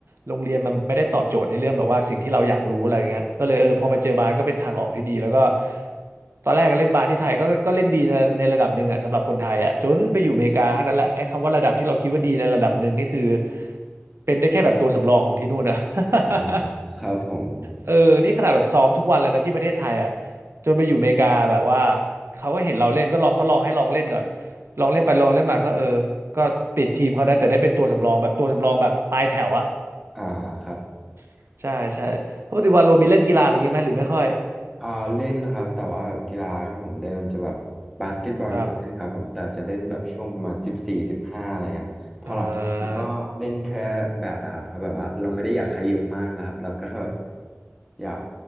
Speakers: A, on the right; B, in the centre.
A: โรงเรียนมันไม่ได้ตอบโจทย์ในเรื่องแบบว่าสิ่งที่เราอยากรู้อะไรเงี้ยก็เลยเออพอมาเจอบาสก็เป็นทางออกที่ดีแล้วก็ตอนแรกก็เล่นบาสที่ไทยก็ก็เล่นดีในในระดับหนึ่งอะสำหรับคนไทยอะจนไปอยู่อเมริกาเท่านั้นแหละไอ้คำว่าระดับที่เราคิดว่าดีในระดับหนึ่งนี่คือเป็นได้แค่แบบตัวสำรองของที่นู่นนะ <laughs>
B: อ่าครับผม
A: เออนี่ขนาดแบบซ้อมทุกวันแล้วนะที่ประเทศไทยอ่ะจนไปอยู่อเมริกาแบบว่าเขาก็เห็นเราเล่นก็ลองเขาลองให้ลองเล่นก่อน ลองเล่นไปลองเล่นมาก็เออก็ติดทีมเขานะแต่ได้เป็นตัวสำรองแบบตัวสำรองแบบปลายแถวอะ
B: อ่าครับ
A: <laughs> ใช่ใช่แล้วปัจจุบันโรมีเล่นกีฬาอะไรเงี้ยไหมหรือไม่ค่อย
B: อ่าเล่นนะครับแต่ว่าแบบกีฬาที่ผมเล่นมันจะแบบบาสเกตบอลก็เล่นครับผมแต่จะเล่นแบบช่วงประมาณสิบสี่สิบห้าอะไรเงี้ยครับพอหลับก็เล่นแค่แบดอะครับเพราะแบบว่าเราไม่ได้อยากขยับมากแล้วครับเราก็แค่แบบ
A: ครับอ่า
B: อยาก